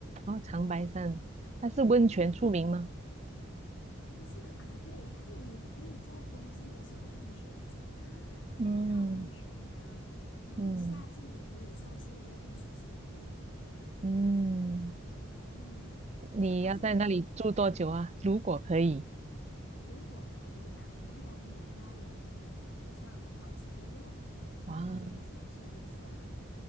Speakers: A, on the right; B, on the left.
A: 哦，长白山，它是温泉著名吗？
B: 啊。它是啊，对，它就你可以在冬季的时候看雪景啊，
A: 嗯
B: 泡温泉啊，然后夏季也可以算是一个避暑胜地耶。
A: 嗯嗯，
B: 嗯，
A: 你要在那里住多久啊？
B: 所以还是
A: 如果可以，
B: 如果可以啊，可能我可以在那边住上好几个月啊，
A: 哇，
B: 这边享受一下